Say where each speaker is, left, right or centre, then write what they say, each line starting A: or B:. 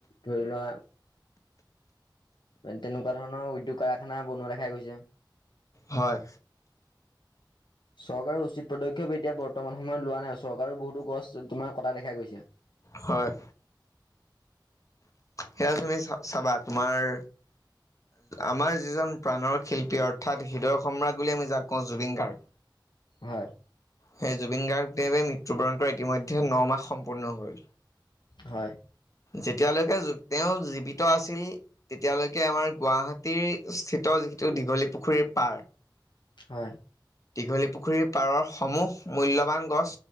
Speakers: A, on the left; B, on the left.
A: ধৰি লোৱা তেনেকুৱা ধৰণৰ উদ্যোগ খানা বনোৱা দেখাই গৈছে।
B: হয়।
A: চৰকাৰে উচিত পদ এতিয়া বৰ্তমান সময়ত লোৱা নাই। চৰকাৰে বহুতো গছ তোমাৰ কটা দেখা দেখা গৈছে।
B: হয়। সেয়া তুমি চা-চাবা তোমাৰ। আমাৰ যিজন প্ৰাণৰ শিল্পী অৰ্থাৎ হৃদয় সম্ৰাট বুলি আমি যাক কওঁ জুবিন গাৰ্গ।
A: হয়।
B: সেই জুবিন গাৰ্গদেৱে মৃত্যুবৰণ কৰা ইতিমধ্যে ন মাহ সম্পূৰ্ণ হ'ল।
A: হয়।
B: যেতিয়ালৈকে তেওঁ জীৱিত আছিল, তেতিয়ালৈকে আমাৰ গুৱাহাটীস্থিত যিটো দীঘলী পুখুৰীৰ পাৰ
A: হয়।
B: দীঘলী পুখুৰীৰ পাৰৰ সমূহ মূল্যবান গছ